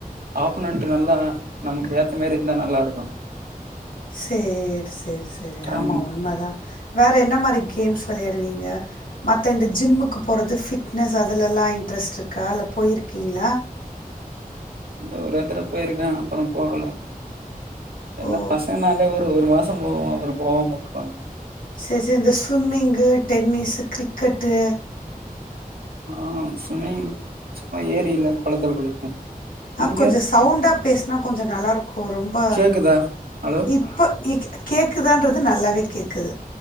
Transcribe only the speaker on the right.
ஆப்புநென்டு நல்லா நமக்கு ஏத்தமாரி இருந்தா நல்லாருக்கு
டைம்
இல்ல ஒரே தடவ போய்ருக்கே ஆனா அப்புறோ போகல எல்லா
பசங்னாலே ஒரு ஒரு மாசோ போவோ அப்புறோ போவாம உட்றுவாங்க
ஆ ஸ்விம்மிங் சும்மா ஏரில கொளத்துல குளிப்போ
நீங்க
கேக்குதா ஹலோ